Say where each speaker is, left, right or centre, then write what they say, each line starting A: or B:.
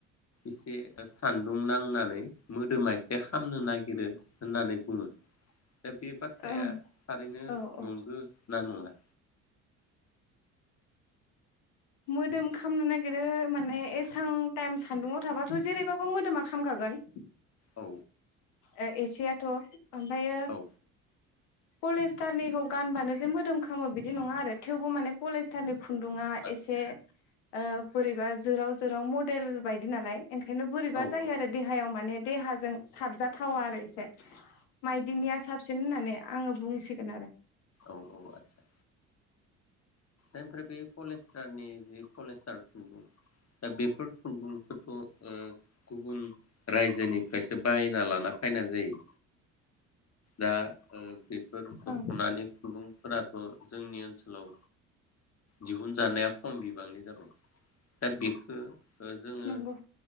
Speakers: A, on the left (about 40°); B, on the left (about 70°).
A: एसे सान्दुं नांनानै मोदोमा एसे खामनो नागिरो होननानै बुङो दा बे बाथ्राया
B: ओं
A: थारैनो
B: औ औ
A: नंगो ना नङा
B: मोदोम खामनो नागिरो माने एसां टाइम सान्दुंआव थाबाथ' जेरैबाबो मोदोमा खामखागोन।
A: औ
B: ओ एसेयाथ' ओमफायो
A: औ
B: पलिस्टारनिखौ गानबानो जे मोदोम खामो बिदि नङा आरो थेवबो माने पलिस्टारनिखौ खुन्दुङा
A: आदसा
B: एसे ओ बोरैबा जोराव-जोराव मडेल बायदि नालाय ओंखायनो बोरैबा
A: औ
B: जायो
A: औ
B: आरो देहायाव माने देहाजों साबजाथावा आरो एसे माइदिनिया साबसिन होननानै आङो बुंसिगोन आरो
A: औ औ आतसा ओमफ्राय बे पलिस्टारनि जिखौ पलिस्टार खुुनदुं दा बेफोर खुन्दुंखौथ' ओ गुबुन रायजोनिफ्रायसो बायना लाना फैनाय जायो दा ओ बेफोर दख'नानि
B: ओं
A: खुुनदुंफोराथ' जोंनि ओनसोलाव दिहुनजानाया खम बिबांनि जाबाय दा बेखो ओ जोङो
B: नंगौ